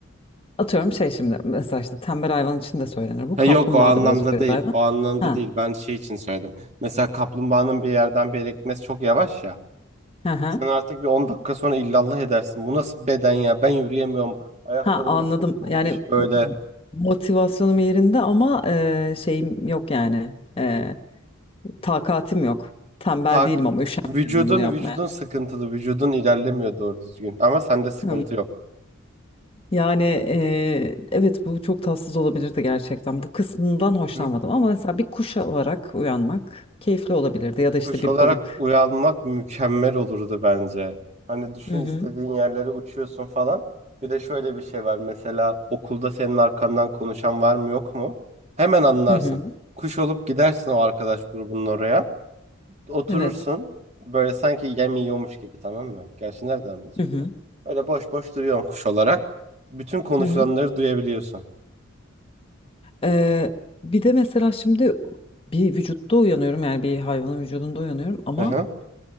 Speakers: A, on the left; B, on the right.
A: atıyorum şey şimdi mesela işte tembel hayvan için de söylenir bu.
B: Ha,
A: Kaplumbağa
B: yok o anlamda
A: da biraz öyle
B: değil.
A: bir hayvan.
B: O anlamda
A: Ha,
B: değil. Ben şey için söyledim. Mesela kaplumbağanın bir yerden bir yere gitmesi çok yavaş ya.
A: ha, ha.
B: Sen artık bir 10 dakika sonra illallah edersin. Bu nasıl beden ya? Ben yürüyemiyorum. Ayaklarım
A: Ha anladım.
B: da çok tombiş
A: Yani
B: böyle.
A: motivasyonum yerinde ama e, şeyim yok yani. E, takatim yok. Tembel
B: Ta
A: değilim ama üşenmiyorum
B: vücudun
A: bunu yapmaya.
B: vücudun sıkıntılı. Vücudun ilerlemiyor doğru düzgün. Ama sende sıkıntı
A: Hmm.
B: yok.
A: Yani eee, evet bu çok tatsız olabilirdi gerçekten. Bu kısmından hoşlanmadım
B: Hı?
A: ama mesela bir kuş olarak uyanmak keyifli olabilirdi ya da işte
B: Kuş
A: bir
B: olarak
A: balık.
B: uyanmak mükemmel olurdu bence. Hani düşün
A: Hı hı.
B: istediğin yerlere uçuyorsun falan. Bir de şöyle bir şey var. Mesela okulda senin arkandan konuşan var mı yok mu? Hemen anlarsın.
A: Hı hı.
B: Kuş olup gidersin o arkadaş grubunun oraya. Oturursun.
A: Evet.
B: Böyle sanki yem yiyormuş gibi tamam mı? Gerçi nereden anlayacaklar?
A: Hı hı.
B: Öyle boş boş duruyorsun kuş olarak. Bütün konuşulanları
A: Hı hı.
B: duyabiliyorsun.
A: Eee, bir de mesela şimdi bir vücutta uyanıyorum yani bir hayvanın vücudunda uyanıyorum ama
B: Hı hı.